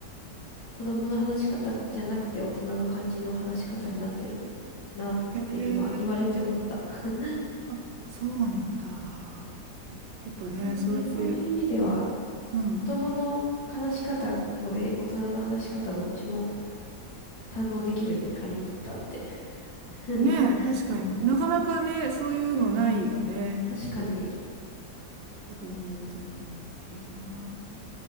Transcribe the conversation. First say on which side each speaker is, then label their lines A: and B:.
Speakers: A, on the left (about 85°); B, on the right (about 80°).
A: 子供の話し方じゃなくて大人の感じの話し方になってるなって今言われて思った。
B: へえ、
A: だ
B: あ、そうなんだ。やっぱね、
A: からね、
B: そうやって、
A: そういう意味では
B: うん。
A: 子供の話し方とえ大人の話し方どっちも堪能できるね、ハリーポッターって。<laughs>
B: ねえ、確かになかなかね、そういうのないよね。
A: 確かに、
B: そういう子供も大人もっていうのは。